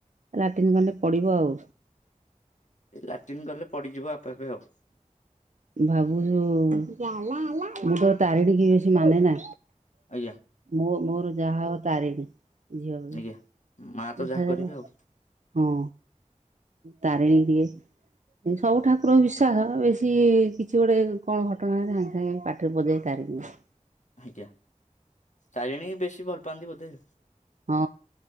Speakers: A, on the right (about 65°); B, on the left (about 65°).
A: ଲାଟିନ୍ ଗନେ ପଡିବ ଆଉ।
B: ଲାଟିନ୍ ଗଲେ ପଡିଯିବ ଆପେ ଆପେ ଆଉ।
A: ଭାବୁଚୁ, ମୁଁ ତ ତାରିଣୀ କି ବେଶୀ ମାନେ ନା।
B: ଆଜ୍ଞା
A: ମୁଁ ମୋର ଯାହା ହବ ତାରିଣୀ। ଝିଅ ବେଳୁ
B: ଆଜ୍ଞା। ମା ତ
A: <inaudible>
B: ଯାହା କରିବେ ଆଉ
A: ହଁ ତାରିଣୀ ଦିଏ ସବୁ ଠାକୁରଙ୍କୁ ବିଷ ତାର ବେଶୀ କିଛି ଗୋଟେ କଣ ଘଟଣା ହେଲେ ସାଙ୍ଗେ ସାଙ୍ଗେ ପାଟିରେ ପଶିଯାଏ ତାରିଣୀ ମା।
B: ଆଜ୍ଞା, ତାରିଣୀଙ୍କୁ ବେଶୀ ଭଲ ପାଆନ୍ତି ବଧେ?
A: ହଁ